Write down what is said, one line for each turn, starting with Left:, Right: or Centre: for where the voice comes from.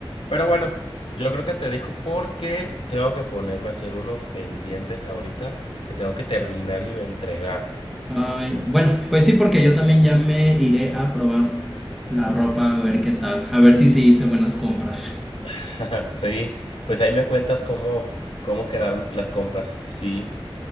Left: Pero bueno, yo creo que te dejo porque tengo que ponerme a hacer unos pendientes ahorita que tengo que terminar y entregar.
Centre: Ay, bueno, pues sí, porque yo también ya me iré a probar la ropa, a ver qué tal, a ver si sí hice buenas compras.
Left: <laughs> Sí, pues ahí me cuentas cómo, cómo quedaron las compras. Sí, sí,